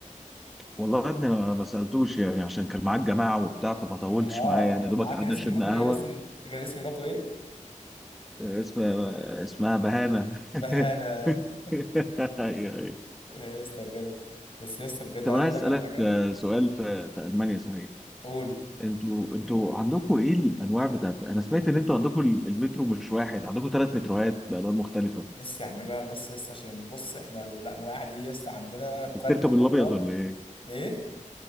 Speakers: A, in the centre; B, on the left (about 40°).
A: والله يا ابني انا ما سألتوش يعني عشان كان معاك جماعة وبتاع فما طولتش
B: اه
A: معاه يعني
B: كان
A: دوبك
B: معاه كان
A: قعدنا
B: اسم
A: شربنا
B: مراته ايه
A: قهوة
B: اصلا كان اسم مراته ايه
A: اسم اسمها بهانة
B: بهانة
A: <laughs>
B: <laughs>
A: أيوه، أيوه.
B: يا اسطى بجد بس يا اسطى بجد
A: طب
B: عايز
A: انا
B: اقول
A: عايز
B: لك
A: اسالك
B: على حاجة
A: آه، سؤال في في المانيا صحيح
B: قول
A: انتوا انتوا عندكم ايه الانواع بتاعت انا سمعت ان انتوا عندكم ال- المترو مش واحد عندكم ثلاث متروهات بالوان مختلفه
B: بس يا عم بقى بس يا اسطى عشان بص احنا الانواع دي يا اسطى عندنا
A: انت بتركب
B: فرق طبقات
A: الابيض ولا ايه
B: ايه